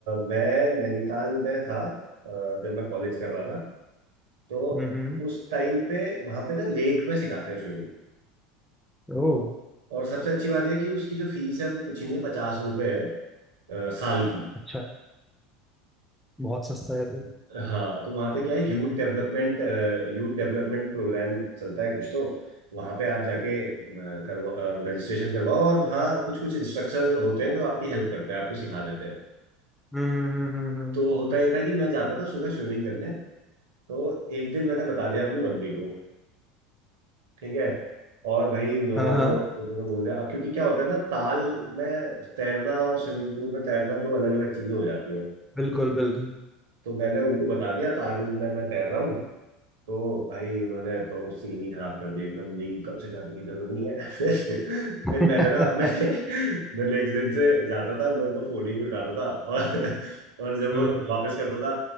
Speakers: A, on the right; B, in the centre.
A: मैं नैनीताल में था अ, जब मैं कॉलेज कर रहा था तो
B: हम्म हम्म।
A: उस टाइम पे वहां पे ना लेक में सिखाते हैं स्विमिंग
B: ओह
A: और सबसे अच्छी बात यह कि उसकी जो फीस है वो कुछ नहीं है पचास रुपए है अ, साल की
B: अच्छा। बहुत सस्ता है भाई
A: हाँ तो वहाँ पे क्या है youth development youth development program चलता है कुछ तो वहाँ पे आप जाके अ, करवा रजिस्ट्रेशन करवाओ और वहाँ कुछ कुछ इंस्ट्रक्टर होते हैं जो आपकी हेल्प करते हैं आपको सिखा देते हैं
B: हम्म हम्म हम्म हम्म, हम्म।
A: तो होता यह था कि मैं जाता था सुबह स्विमिंग करने तो एक दिन मैंने बता दिया अपनी मम्मी को ठीक है और भाई उन्होंने
B: हाँ हाँ
A: तो इतने बोल दिया अब क्योंकि क्या होता है ना ताल में तैरना और स्विमिंग पूल में तैरना दो अलग अलग चीजें हो जाती हैं
B: बिल्कुल बिल्कुल
A: तो मैंने उनको बता दिया था आनंद में मैं तैर रहा हूँ तो भाई उन्होंने तो सीन ही खराब कर दिया एकदम नहीं कल से जाने की जरूरत नहीं है <laughs> फिर
B: <laughs>
A: फिर मैंने ना <laughs> मैं मैं नेक्स्ट दिन से जाता था मैं उनका फोन ही नहीं उठाता था <laughs> और और जब
B: हम्म
A: वो वापस करता था